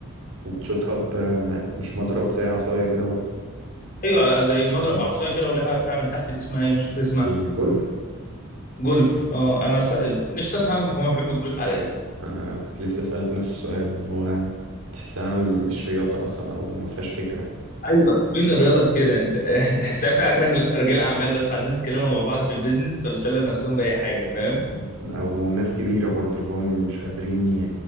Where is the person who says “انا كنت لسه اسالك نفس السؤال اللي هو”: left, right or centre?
Right